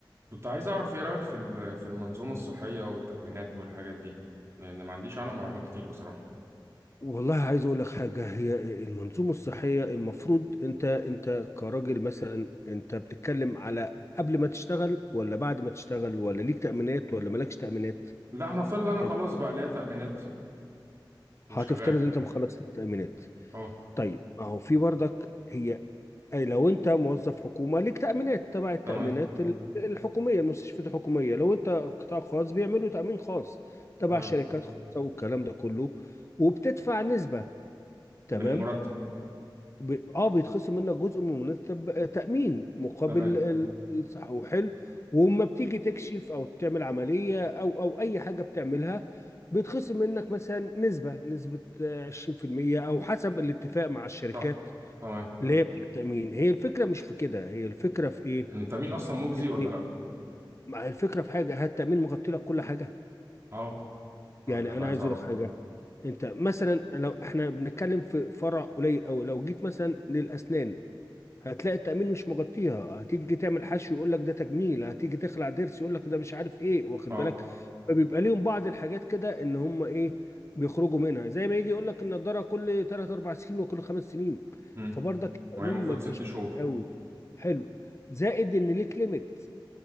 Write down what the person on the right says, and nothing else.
كنت عايز اعرف ايه رأيك في ال- في المنظومة الصحية والتأمينات والحاجات دي لان ما عنديش عنها معلومات كتير بصراحة
لا هنفترض ان انا خلاص
بقى ليا تأمينات وشغال
اه
تمام
تمام
من المرتب
تمام
صح تمام
ان التأمين اصلا مجزي
ولا لا
اه آه،
ده اللي
عايز
اعرفه
اه
امم
وهي المفروض
ست شهور